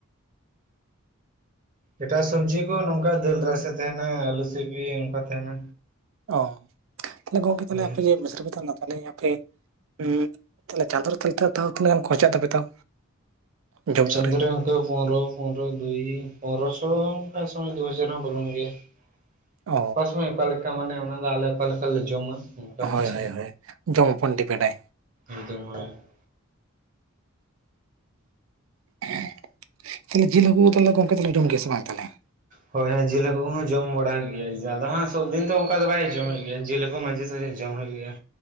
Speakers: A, on the right; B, on the right.
A: ᱮᱴᱟᱜ ᱥᱚᱵᱽᱡᱤ ᱠᱚ ᱱᱚᱝᱠᱟ ᱫᱟᱹᱞ ᱨᱟᱥᱮ ᱛᱟᱦᱮᱱᱟ ᱟᱹᱞᱩ ᱥᱤᱯᱤ ᱱᱚᱝᱠᱟ ᱛᱟᱦᱮᱱᱟ
B: ᱚ ᱛᱟᱦᱚᱞᱮ ᱜᱚᱝᱠᱮ
A: ᱦᱳᱭ
B: ᱟᱯᱮ
A: ᱦᱳᱭ
B: ᱢᱮᱥᱨᱮᱯᱮ ᱛᱟᱸᱦᱮᱱᱟ ᱟᱯᱮ ᱩᱸ <unintelligible> ᱛᱟᱦᱚᱞᱮ ᱪᱟᱸᱫᱩ ᱨᱮ ᱛᱤᱱᱟᱹᱜ ᱛᱷᱟᱣ ᱛᱤᱱᱟᱹᱜ ᱜᱟᱱ ᱠᱷᱚᱨᱪᱟᱜ ᱛᱟᱯᱮ ᱛᱟᱣ? ᱡᱚᱢ ᱧᱩ
A: ᱪᱟᱸᱫᱩ ᱨᱮ <unintelligible> ᱯᱚᱱᱨᱚ ᱯᱚᱱᱨᱚ ᱫᱩᱭ ᱯᱚᱱᱨᱚ ᱥᱚ ᱚᱠᱟ ᱥᱚᱢᱚᱭ ᱫᱩᱦᱟᱡᱟᱨ ᱦᱚᱸ ᱵᱚᱞᱱ ᱜᱮ᱾ <inaudible> <unintelligible>
B: ᱚ
A: ᱚᱠᱟ ᱞᱮᱠᱟ ᱢᱟᱱᱮ ᱚᱱᱟ ᱫᱚ ᱟᱞᱮ ᱚᱠᱟ ᱞᱮᱠᱟᱞᱮ ᱡᱚᱢᱟ᱾ ᱚᱱᱠᱟ
B: ᱦᱚᱭ
A: ᱢᱟᱪᱷᱟ
B: ᱦᱚᱭ ᱦᱚᱭ ᱡᱚᱢ ᱩᱯᱚᱰ ᱰᱤᱯᱮᱱᱰᱟᱭ᱾
A: <unintelligible>
B: <unintelligible> ᱛᱟᱦᱚᱞᱮ ᱡᱤᱞ ᱦᱟᱹᱠᱩ ᱛᱟᱦᱚᱞᱮ ᱜᱚᱢᱠᱮ ᱛᱞᱮ ᱡᱚᱢ ᱜᱮᱭᱟ ᱥᱮ ᱵᱟᱝ ᱛᱟᱦᱚᱞᱮ? <inaudible>
A: ᱦᱚᱭ ᱦᱮᱸ ᱡᱤᱞ ᱦᱟᱠᱩ ᱠᱚᱦᱚᱸ ᱡᱚᱢ ᱵᱟᱲᱟᱭ ᱜᱮᱭᱟ ᱡᱟᱫᱟ ᱦᱟᱸᱜ ᱥᱚᱵᱽ ᱫᱤᱱ ᱫᱚ ᱚᱱᱠᱟ ᱫᱚ ᱵᱟᱭ ᱡᱚᱢ ᱮᱫ ᱜᱮᱭᱟ ᱡᱤᱞ ᱦᱟᱠᱩ᱾ <unintelligible> ᱦᱳᱭ ᱡᱚᱢ ᱦᱩᱭᱩᱜ ᱜᱮᱭᱟ,